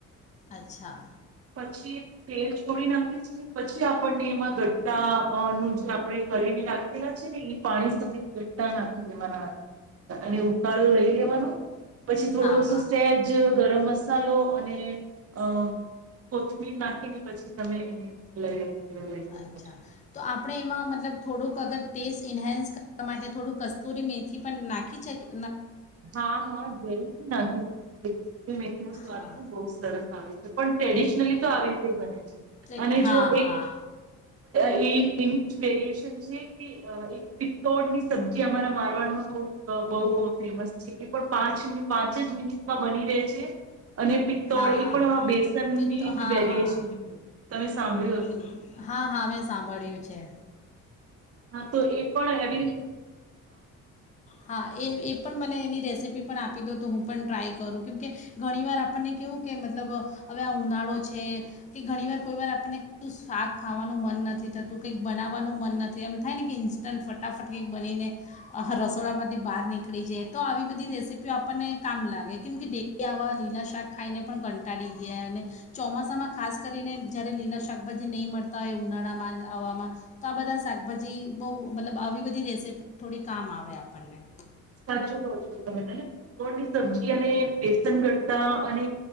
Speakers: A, on the left; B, on the right.
A: અચ્છા.
B: પછી તેલ છોડી નાખે છે પછી આપણને એમાં ગટ્ટા નું અ જે આપણે કરીને રાખેલા છે ને એ પાણી સહિત ગટ્ટા નાખી દેવાના અને ઉકાલ લઈ લેવાનો પછી થોડું
A: હા હા
B: શું સહેજ જે ગરમ મસાલો અને અ કોથમીર નાખીને પછી તમે એને લઈ લે લઈ લઈ શકો
A: અચ્છા,
B: છો.
A: તો આપણે એમાં મતલબ થોડુંક અગર ટેસ્ટ ઇન્હન્સ કરવા માટે થોડું કસ્તૂરી મેથી પણ નાખી છે કે?
B: હા હા જરૂર થી નાખી શકીયે મેથીનો સ્વાદ
A: હા
B: પણ બહુ સરસ આવે છે પણ ટ્રેડિશનલી તો આવી રીતે બને છે
A: તે
B: અને
A: હા
B: જો એક
A: હા
B: એની જ વેરિએશન છે. એક પિત્તોડ ની સબ્જી અમારા મારવાડમાં બ બહુ ફેમસ છે એ પણ પાંચ પાંચ જ મિનિટમાં બની રહે છે. અને પિત્તોળ
A: હા હા
B: એ પણ બેસનની
A: પિત્તો હા
B: જ વેરિએેશન
A: હા
B: છે તમે સાંભળ્યું
A: બિલકુલ
B: હશે.
A: હા હા મેં સાંભળ્યું છે
B: હા તો એ પણ એવી રીત
A: હા એ એ પણ મને ની રેસીપી પણ આપી દો તો હું પણ ટ્રાય કરું કેમ કે ઘણીવાર આપણને કેવું કે મતલબ હવે આ ઉનાળો છે કે ઘણીવાર કોઈ વાર આપણને શાક ખાવાનું મન નથી થતું કંઈક બનાવવાનું મન નથી એમ થાયને કે ઇન્સ્ટ ફટ ફટાફટથી બનીને. રસોડામાંથી બહાર નીકળી જઇયે. તો આવી બધી રેસીપીઓ આપણને કામ લાગે કેમ કે ડેલી આવા લીલા શાક ખાઈને પણ કંટાળી ગયા અને ચોમાસામાં ખાસ કરીને જ્યારે લીલા શાકભાજી નહીં મળતા હોય ઉનાળામાં હવામાં તો આ બધા શાકભાજી બહુ મતલબ આવી બધી રેસીપી થોડી કામ આવે આપણને.
B: સાચું કહો છો તમે અને પિત્તોળની સબ્જી અને બેસન ગટતા અને